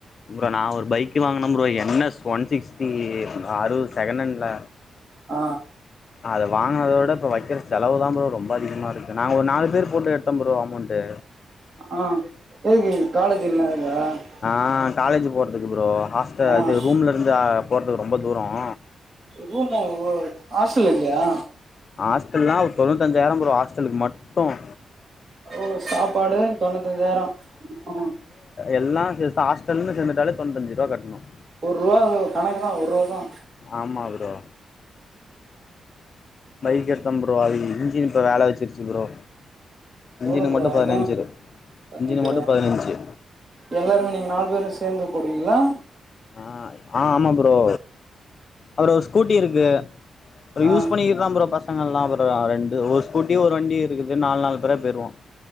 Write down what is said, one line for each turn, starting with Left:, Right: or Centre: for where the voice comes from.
Left: ப்ரோ நா ஒரு பைக்கு வாங்கினேன் bro N S one sixty அது செகணன்ட்ல
Right: ஆ
Left: அது வாங்னதோட இப்ப வைக்கிற செலவு தான் ப்ரோ ரொம் ரொம்ப அதிகமா இருக்கு நாங்க ஒரு நாலு பேர் போட்டு எடுத்தோம் ப்ரோ அமௌண்ட்டு
Right: ஆ எதுக்கு காலேஜு <unintelligible>
Left: ஆஹ் காலேஜ் போறதுக்கு ப்ரோ ஹாஸ்டல்
Right: ஆ
Left: அது ரூம்ல இருந்து போற்துக்கு ரொம்ப தூரோம்
Right: ரூம்பா ஓ ஹாஸ்டல்லக்கிருயா
Left: ஹாஸ்டல்ல்லாம் தொண்ணூத்திஞ்சாயிரம் ப்ரோ ஹாஸ்டலுக்கு மட்டும்
Right: ஓ சாப்பாடு தொண்ணூத்தஞ்சாயிரம் ம்
Left: எல்லாம் சேத்து ஹாஸ்டல்னு சேந்துட்டாலே தொண்ணூத்தஞ்சுருவா கட்ணும்
Right: ஒர்ருபா கணக்கு தான் ஒர்ருபா
Left: ஆமா ப்ரோ பைக் எடுத்தோம் ப்ரோ அது இன்ஜின் இப்போ வேல வச்சருச்சு ப்ரோ இன்ஜினு
Right: எவ்ளோ ப்ரோ
Left: மட்டும்
Right: ஆகு
Left: பதினஞ்சு
Right: பதினஞ்சு
Left: இன்ஜினு மட்டும்
Right: ரூவா
Left: பதினஞ்சு
Right: எல்லாருமே நீங்க நாலு பேரும் சேந்து போடுவீங்ளா
Left: அ ஆ ஆமா ப்ரோ அப்ரோ ஸ்கூடிருக்கு அது
Right: ஆ
Left: யூஸ் பண்ணிக்கலாம் ப்ரோ பசங்கலெல்லாரு ரெண்டு ஒரு ஸ்கூட்டி ஒரு வண்டி இருக்குது நாலு நாலு பேர்யருவோம்